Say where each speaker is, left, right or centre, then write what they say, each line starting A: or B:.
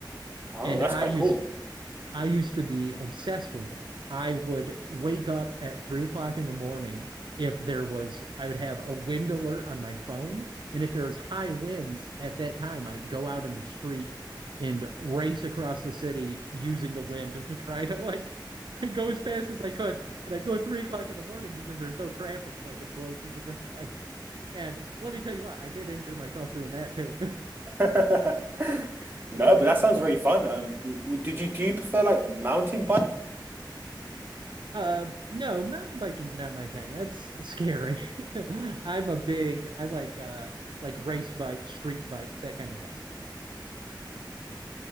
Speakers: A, on the right (about 25°); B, on the right (about 70°).
A: Oh,
B: And
A: that's
B: I
A: quite
B: used
A: cool.
B: I used to be obsessed with it. I would wake up at three o'clock in the morning if there was, I would have a wind alert on my phone. And if there was high winds at that time, I'd go out in the street and race across the city using the wind to try to like <laughs> go as fast as I could. And I'd go at three o'clock in the morning because there was no traffic, so I could blow through the <laughs> red lights. And let me tell you what, I did injure myself doing that too.
A: <laughs>
B: <laughs>
A: No, but that
B: but
A: sounds very fun. Um, w- w- did you do you prefer like mountain bike?
B: Uh, no, mountain biking's not my thing. That's scary. <laughs> I'm a big, I like uh like race bikes, street bikes, that kind of things.